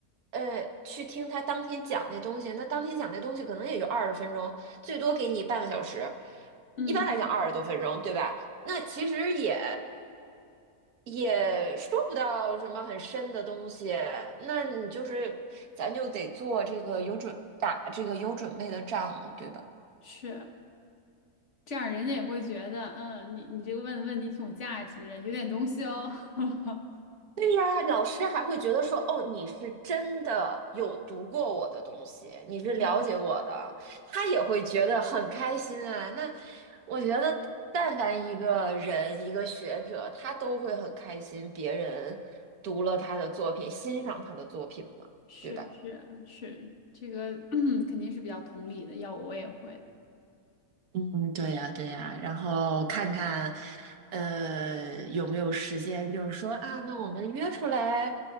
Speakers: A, on the right; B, on the left.
A: 呃，去听他当天讲那东西，那当天讲那东西可能也就二十分钟，最多给你半个小时，
B: 嗯
A: 一般来讲二十多分钟，对吧？那其实也也说不到什么很深的东西，那你就是，咱就得做这个有准，打这个有准备的仗嘛，对吧？
B: 是。这样人家也会觉得，嗯，你你这个问的问题挺有价值的，有点东西哦。<laughs>
A: 对呀，老师还会觉得说，哦，你是真的有读过我的东西，你是了解我的，
B: 嗯，
A: 他也会觉得很开心啊。那我觉得，但凡一个人，一个学者，他都会很开心，别人读了他的作品，欣赏他的作品嘛，
B: 是是是，
A: 对吧？
B: 这个 <clears throat> 肯定是比较同理的，要我我也会。
A: 嗯，对呀，对呀，然后看看，呃，有没有时间，就是说啊，那我们约出来，